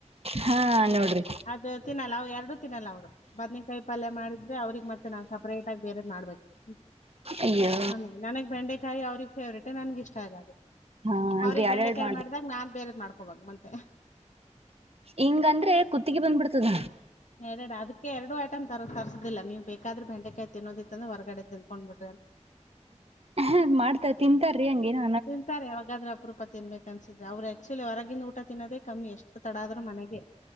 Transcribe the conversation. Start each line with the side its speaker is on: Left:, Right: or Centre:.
Right: ಹಾ ನೋಡ್ರಿ
Left: ಅದ ತಿನ್ನಲ್ಲ ಅವ ಎರಡು ತಿನ್ನಲ್ಲ ಅವ್ರು ಬದ್ನೇಕಾಯಿ ಪಲ್ಯ ಮಾಡಿದ್ರೆ ಅವ್ರಿಗೆ ಮತ್ತೆ ನಾವು ಸಪ್ರೇಟ್ ಆಗಿ ಬೇರೆದ್ ಮಾಡ್ಬೇಕು ಅನಿಂಟೆಲಿಜಬಲ್ <inaudible>
Right: ಅಯ್ಯೋ
Left: ನನ್ಗೆ ನನಗ್ ಬೆಂಡೆಕಾಯಿ ಅವ್ರಗ್ ಫೇವ್ರೇಟ್ ನನ್ಗ್ ಇಷ್ಟ ಇಲ್ಲ ಅದು
Right: ಹಾ ಅಂದ್ರೆ
Left: ಅವ್ರಗ್
Right: ಎರಡ್
Left: ಬೆಂಡೆಕಾಯಿ
Right: ಎರಡ್ ಮಾಡ್ರಿ
Left: ಮಾಡಿದ್ದಾಗ ನಾನ್ ಬೇರೆದ್ ಮಾಡ್ಕೊ ಹೋಗಬಕ್ ಮತ್ತೆ
Right: ಇಂಗ ಆದಂದ್ರೆ ಕುತ್ತಿಗೆ ಬಂದ್ಬಿಡ್ತದ
Left: ಹೇಳೇಡ ಅದಕ್ಕೆ ಎರಡು <unintelligible> ಬಟಮ ತರೋದಿಲ್ಲ ನೀವು ಬೇಕಾದ್ರೆ ಬೆಟೆಕಾಯಿ ತಿನ್ನೋದಿಂದ್ರ ಹೊರ್ಗಡೆ ತಂದಕೊಂಡ್ ಬಿಟ್ಟು
Right: ಹ ಮಾಡ್ತ ತಿಂತಾರೀ ಹಂಗೇನ
Left: ತಿಂತಾರೆ ಯಾಗಾದ್ರ ಅಪರೂಪ ತಿನ್ಬೇಕು ಅನ್ಸಿದ್ದ <unintelligible> ಅವ್ರ ಆಕ್ಟ್ನಳ್ಳಿಲಿ <unintelligible> ಹೊರಗಂದು ಊಟ ತಿನ್ನೋದೇ ಕಮ್ಮಿ ಎಷ್ಟು ತಡ ಆದ್ರೂ ಮನೆಗೆ